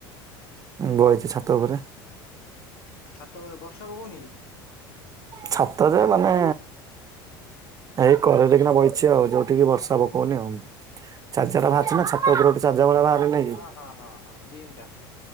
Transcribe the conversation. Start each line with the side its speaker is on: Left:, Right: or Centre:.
Right: ବଇଛି ଛାତ ଉପରେ।
Left: ଛାତ ଉପରେ ବର୍ଷା ପକଉନି କି?
Right: ଛାତ ଯେ ମାନେ ଏଇ କରରେ କିନା ବଇଛି ଆଉ ଯୋଉଠିକି ବର୍ଷା ପକଉନି ଆଉ ଚାରିଜା ଟା ବାଚ ନା ଛାତ ଉପରେ ଜ ଭଳିଆ ବାହାରେ ନାଇଁ
Left: ହଁ
Right: କି?
Left: ହଁ ହଁ ହଁ ବିମ୍ ଟା